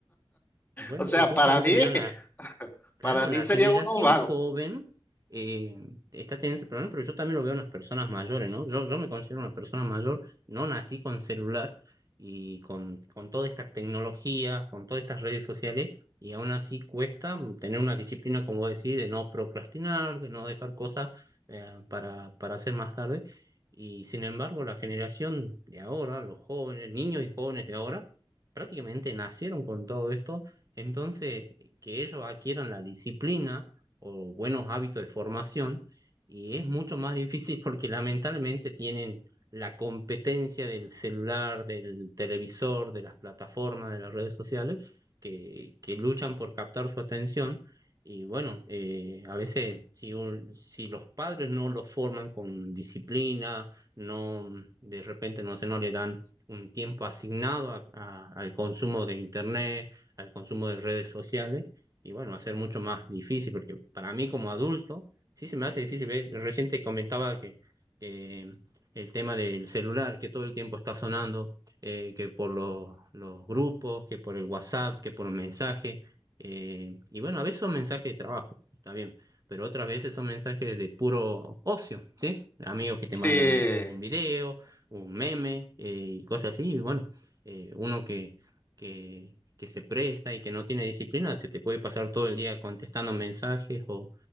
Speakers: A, on the right; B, on the left.
A: Bueno,
B: O sea,
A: pero justamente
B: para mí,
A: mira,
B: <laughs>
A: Claro,
B: para mí
A: la
B: serían
A: generación
B: unos vagos.
A: joven eh, está teniendo ese problema, pero yo también lo veo en las personas mayores, ¿no? Yo, yo me considero una persona mayor, no nací con celular y con, con toda esta tecnología, con todas estas redes sociales, y aún así cuesta tener una disciplina, como decir, de no procrastinar, de no dejar cosas eh, para, para hacer más tarde. Y sin embargo, la generación de ahora, los jóvenes, niños y jóvenes de ahora, prácticamente nacieron con todo esto. Entonces, que ellos adquieran la disciplina o buenos hábitos de formación y es mucho más difícil porque lamentablemente tienen la competencia del celular, del televisor, de las plataformas, de las redes sociales, que, que luchan por captar su atención. Y bueno, eh, a veces si, un- si los padres no los forman con disciplina, no, de repente no sé, no le dan un tiempo asignado a- a- al consumo de internet, al consumo de redes sociales, y bueno, va a ser mucho más difícil, porque para mí como adulto sí se me hace difícil ver, recién te comentaba que, que mm, el tema del celular, que todo el tiempo está sonando, eh, que por los, los grupos, que por el WhatsApp, que por un mensaje, eh, y bueno, a veces son mensajes de trabajo, está bien, pero otras veces son mensajes de puro ocio, ¿sí? Amigos que te
B: Sí,
A: mandan un, un video, un meme, eh, y cosas así, y bueno, eh, uno que... que que se presta y que no tiene disciplina, se te puede pasar todo el día contestando mensajes o,